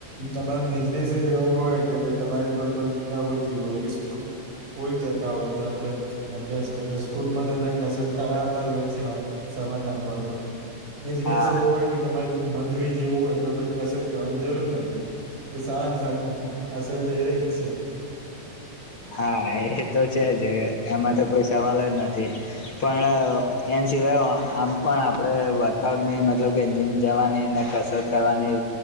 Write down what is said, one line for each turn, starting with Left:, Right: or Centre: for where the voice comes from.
Right: તમારો બિઝનેસ જ એવો હોય કે ભાઈ તમારી કોઈ પણ પ્રવૃત્તિ હોય કે સ્કૂલ જતા હોય તો આપડે અભ્યાસ કરતા હોય સ્કૂલ માં તો કસરત કરાવતા જ હોય છે, સવારના પોરમાં બિઝનેસ
Left: હા
Right: એવું હોય તમારે મજૂરી જેવું હોય તો પછી કશરત કરવાવાની જરૂર નથી. સારા મા સારીંગ આશરે ધરે છેે.
Left: હા એ તો છે જ એમાં તો કોઈ સવાલ જ નથી. પણ એના સિવાય આમ પણ આપણે વર્કઆઉટની મતલબ કે જીમ જવાની ને કશ રત કરવાની